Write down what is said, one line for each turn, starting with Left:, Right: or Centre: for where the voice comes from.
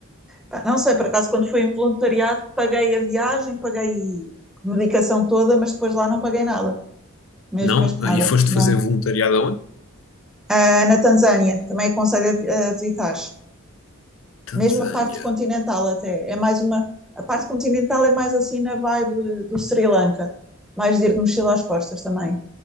Centre: Pá, não sei, por acaso, quando fui em voluntariado, paguei a viagem, paguei medicação toda, mas depois lá não paguei nada. Mesmo,
Left: Não?
Centre: mesmo nada,
Left: E foste
Centre: não.
Left: fazer voluntariado aonde?
Centre: Ah, na Tanzânia, também aconselho a, vi- a visitares.
Left: Tanzânia.
Centre: Mesmo a parte continental até, é mais uma... A parte continental é mais assim na vibe do Sri Lanka. Mais de ir de mochila às costas também.